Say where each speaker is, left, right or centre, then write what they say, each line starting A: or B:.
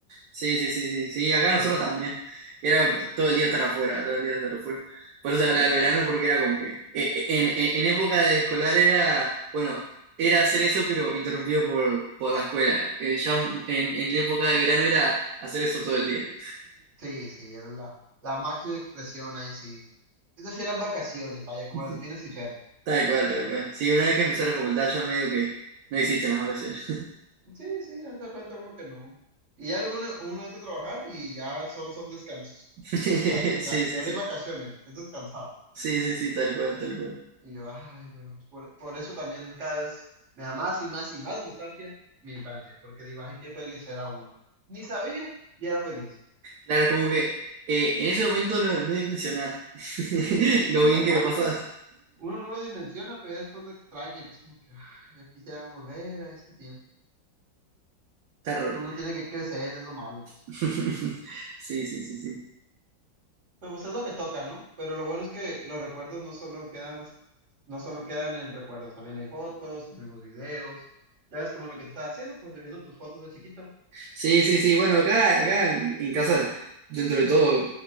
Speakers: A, on the right; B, on the right.
A: Sí, sí, sí, sí, sí, acá nosotros
B: Era,
A: también. Era todo el día estar afuera, todo el día estar afuera. Por eso se
B: sí,
A: hablaba del
B: que
A: verano,
B: había
A: porque era como que eh, eh, en, en- en época de escolar era, bueno, era hacer eso, pero interrumpido por, por la escuela. Eh, ya en, en época de verano era hacer eso todo el día.
B: Sí, sí, era la, la máxima expresión ahí, sí. Esas sí eran vacaciones, vaya, como
A: <laughs>
B: las de Phineas y Ferb.
A: Tal cual, tal cual. Sí, una vez que empecé la facultad ya medio que no existen las vacaciones.
B: Sí, sí, haz de cuenta uno que no. Y ya luego uno, uno entra a trabajar y ya solo son descansos.
A: <laughs>
B: O sea, ya,
A: Sí,
B: ya, ya
A: sí, sí.
B: no hay vacaciones, es descansar.
A: Sí, sí, sí, tal cual, tal cual.
B: Y yo, ay, bueno, pues por, por eso también cada vez me da más y más y más nostalgia mi infancia, porque digo, ay, qué feliz era uno. Ni sabía y era feliz.
A: Claro, como que eh, en ese momento no, no dimensionar <laughs>
B: Ujú,
A: lo
B: sí,
A: bien
B: tal
A: que
B: cual,
A: lo pasás.
B: o sea, uno no lo dimensiona, pero ya después lo extraña, y pues como que, ah, ya quisiera volver a ese tiempo.
A: Terror.
B: uno tiene que crecer, es lo malo, pues.
A: <laughs> Sí, sí, sí, sí.
B: Pero pues es lo que toca, ¿no? Pero lo bueno es que los recuerdos no solo quedan más, no solo quedan en recuerdos, también hay fotos, tenemos videos. Ya ves como lo que te estás haciendo, pues viendo tus fotos de chiquito.
A: Sí, sí, sí. Bueno, acá, acá en, en casa, dentro de todo,